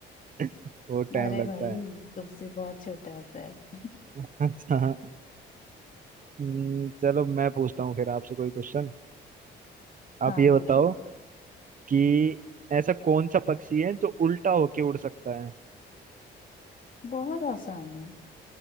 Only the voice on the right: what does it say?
<laughs> वो टाइम
लगता
है
<laughs> अच्छा हम्म, चलो मैं पूछता हूँ फिर आपसे कोई क्वेश्चन आप
ये बताओ
कि ऐसा कौन सा पक्षी है जो उल्टा होके उड़ सकता है